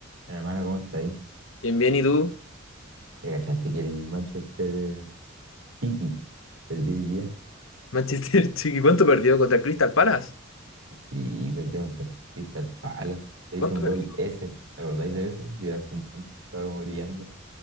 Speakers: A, on the right; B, on the left.
A: Bueno, Hermano, ¿cómo está ahí?
B: Bien, bien, ¿y tú?
A: ¿Le cachaste que el Manchester eh, City perdió hoy día?
B: Manchester <laughs> City, ¿cuánto perdió? ¿Contra el Crystal Palace?
A: Sí, perdió contra el Crystal Palace. Le
B: ¿Cuánto
A: hizo un
B: perdió?
A: gol ese, ¿te acordáis de ese? Que hace un tiempo estaba como brillando.